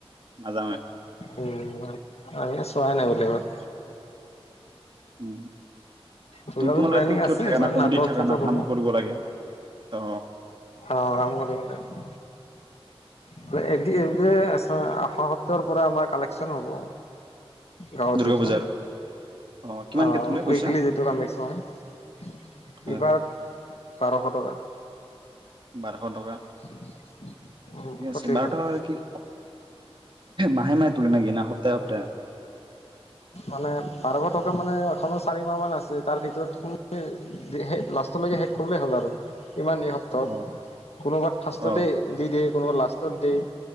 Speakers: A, on the right (about 50°); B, on the left (about 85°).
A: নাযাওএ
B: উম আমিও চোৱাই নাই বেলেগত
A: উম,
B: দুৰ্গা পূজাৰ
A: তোমালোকেটো
B: প্লেনিং
A: কিহত
B: আছে
A: থাকা
B: এইবাৰ
A: না কমিটিত
B: নাটক
A: থাকা
B: চাটক
A: না
B: হ'ব
A: কাম কৰিব লাগে। অ
B: অ', কাম কৰিব লাগে। <unintelligible> আহা সপ্তাহৰ পৰা আমাৰ কালেকশ্যন হ'ব। গাঁৱত
A: দুৰ্গা
B: যিহেতু।
A: পূজাৰ অ কিমানকে
B: অ',
A: তোলে পইচা
B: উইকলি যিটো <unintelligible>
A: হয়
B: এইবাৰ
A: হয়
B: বাৰশ টকা।
A: বাৰশ টকা।
B: <inaudible>
A: ঠিকে
B: প্ৰতি
A: আছে বাৰশ
B: ঘৰে
A: টকা কি মাহে মাহে তোলে নেকি না সপ্তাহে সপ্তাহে?
B: মানে বাৰশ টকা মানে কমেও চাৰি মাহ মান আছে তাৰ ভিতৰত কোন লাষ্টলৈকে শেষ কৰিলে হ'ল আৰু কিমান দিয়ে হক। ত'
A: অ
B: কোনোবাত ফাৰ্ষ্টতে
A: অ
B: দি দিয়ে কোনোবা লাষ্টত দিয়ে।